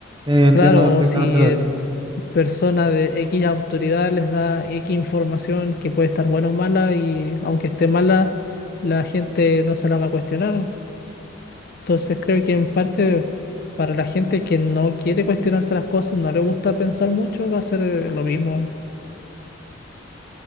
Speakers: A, on the right; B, on the left.
A: Sí, entiendo
B: Claro,
A: perfectamente
B: o si
A: lo
B: eh,
A: que...
B: p- persona de X autoridad les da X información que puede estar buena o mala y aunque esté mala, la gente no se la va a cuestionar. Entonces creo que en parte para la gente que no quiere cuestionarse las cosas, no le gusta pensar mucho, va a ser eh, lo mismo.